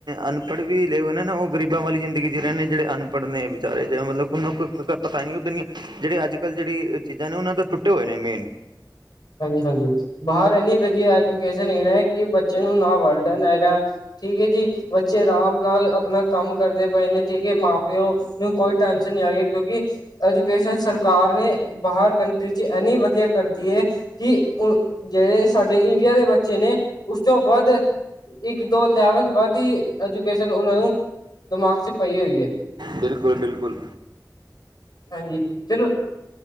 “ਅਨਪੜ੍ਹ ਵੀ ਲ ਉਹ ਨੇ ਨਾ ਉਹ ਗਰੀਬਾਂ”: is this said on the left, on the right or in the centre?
Right